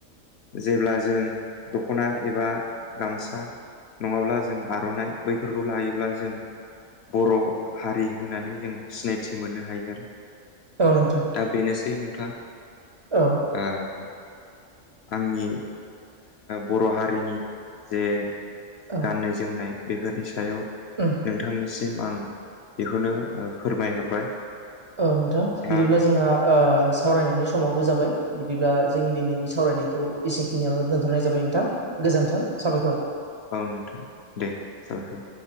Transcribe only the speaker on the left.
जेब्ला जों दख'ना एबा गामसा नङाब्ला जों आर'नाइ बैफोरखौ लायोब्ला जों बर' हारि होननानै जों सिनायथि मोननो हायो आरो।
दा बेनोसै नों
ओ आंनि बर' हारिनि जे
गाननाय जोमनाय बेफोरनि सायाव
नोंथांनि सिम आं बेखौनो फोरमायहरबाय
दा
औ
औ नोंथां दे जाबायबा